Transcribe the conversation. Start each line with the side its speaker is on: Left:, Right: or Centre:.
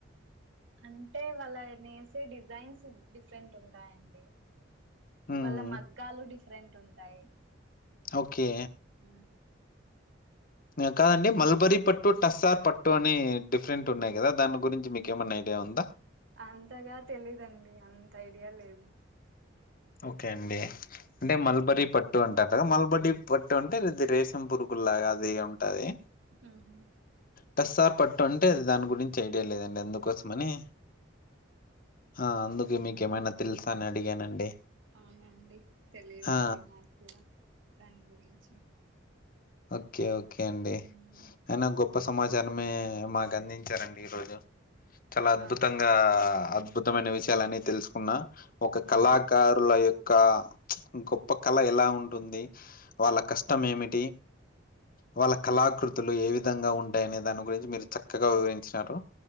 Right: అంటే వాళ్ళ నేసే డిజైన్స్ డిఫరెంట్ ఉంటాయండి
Left: హ్మ్.
Right: వాళ్ళ మగ్గాలు డిఫరెంట్ ఉంటాయి
Left: ఓకే
Right: ఊ
Left: ఏ కాదండి మల్బరి పట్టు టస్సార్ పట్టు అని డిఫరెంట్ ఉన్నాయి కదా దాని గురించి మీకేమన్నా ఐడియా ఉందా
Right: అంతగా తెలీదండి అంత ఐడియా లేదు
Left: ఓకే అండి అంటే మల్బరి ప ట్టు అంటారు కదా మల్బడి పట్టు అంటే ఇది రేసం పురుగుల్లాగా అది ఉంటది
Right: ఊహూ
Left: టస్సార్ పట్టు అంటే దాని గురించి ఐడియా లేదండి అందుకోసం అని హా అందుకే మీకు ఏమైనా తెలుసా అని అడిగానండి
Right: అవునా అండి తెలియదండి
Left: ఆ!
Right: నాకు కూడా దాని గురించి
Left: ఓకే ఓకే అండి
Right: మ్మ్
Left: అయినా గొ ప్ప సమాచారమే మాకు అందించారండి ఈరోజు చాలా అద్భుతంగా
Right: అవునా
Left: అద్ ద్భుతమైన విషయాలు అన్నీ తెలుసుకున్నా ఒక
Right: మ్మ్
Left: కళా కారుల యొక్క గొప్ప కళ ఎలా ఉంటుంది వాళ్ళ కష్టం ఏమిటి వాళ్ళ కళాకృతులు ఏ విధంగా ఉంటాయనే దాని గురించి మీరు చక్కగా వివరించినారు